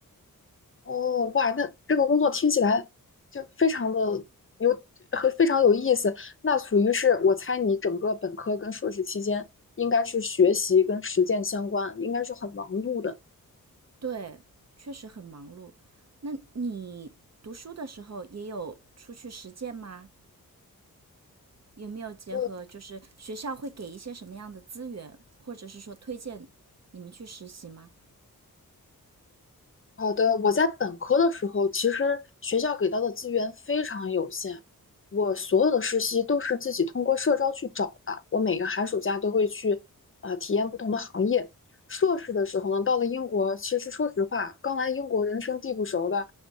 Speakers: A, on the left (about 35°); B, on the right (about 45°).
A: 哦，哇，那这个工作听起来就非常的有和非常有意思。那属于是我猜你整个本科跟硕士期间应该是学习跟实践相关，应该是很忙碌的。
B: 对，确实很忙碌。那你读书的时候也有出去实践吗？有没有结合就是学校会给一些什么样的资源，
A: 哦，
B: 或者是说推荐你们去实习吗？
A: 好的，我在本科的时候，其实学校给到的资源非常有限，我所有的实习都是自己通过社招去找的。我每个寒暑假都会去，呃，体验不同的行业。硕士的时候呢，到了英国，其实说实话，刚来英国人生地不熟的，